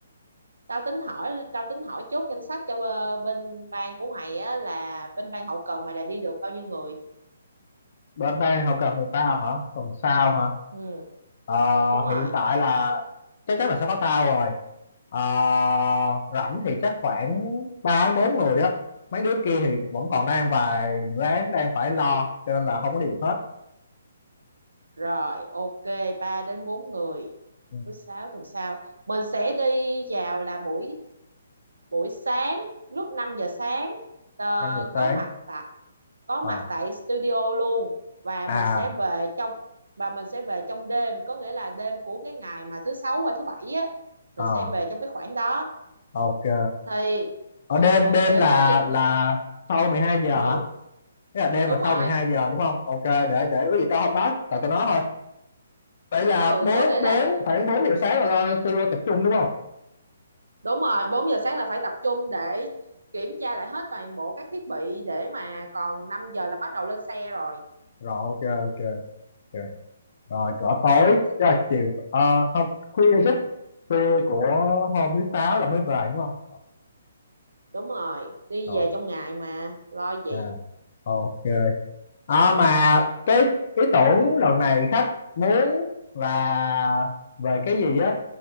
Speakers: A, on the right; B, on the left.
A: tao tính hỏi tao tính hỏi chốt danh sách cho ờ, bên ban của mày á là bên ban hậu cần mày là đi được bao nhiêu người
B: bên ban hậu cần người tao hả? Tuần sau hả?
A: ừ
B: Ờ,
A: đúng rồi
B: hiện tại là chắc chắn là sẽ có tao rồi. Ờ, rảnh thì chắc khoảng 3 đến 4 người á. Mấy đứa kia thì vẫn còn đang vài dự án đang phải lo cho nên là không có đi được hết.
A: rồi ok 3 đến 4 người
B: Ừ,
A: thứ sáu tuần sau mình sẽ đi vào là buổi buổi sáng lúc năm giờ sáng ờ,
B: 5 giờ
A: có
B: sáng.
A: mặt tại có
B: Ờ,
A: mặt tại studio luôn và
B: à
A: mình sẽ về trong và mình sẽ về trong đêm có nghĩa là đêm của cái ngày mà thứ sáu qua thứ bảy á
B: ờ
A: mình sẽ về trong cái khoảng đó
B: ok.
A: thì
B: Ở đêm
A: ok
B: đêm là
A: có gì
B: là sau 12 giờ
A: ừ,
B: hả? Tức là đêm
A: đúng
B: là
A: rồi
B: sau mười hai giờ đúng không? Ok, để để có gì tao không nói, tại tao nói thôi. Vậy là
A: ừ
B: 4
A: có nghĩa
B: 4
A: là
B: khoảng 4 giờ sáng là lo studio tập trung đúng không?
A: đúng rồi 4 giờ sáng là phải tập trung để kiểm tra lại hết toàn bộ các thiết bị để mà còn 5 giờ là bắt đầu lên xe rồi
B: Rồi ok ok ok. rồi cỡ tối
A: ok
B: tức là chiều à, không khuya chứ khuya của hôm thứ sáu là mới về đúng không
A: đúng rồi đi
B: rồi
A: về trong ngày mà lo gì
B: à, ok à, mà cái ý tưởng lần này khách muốn là về cái gì á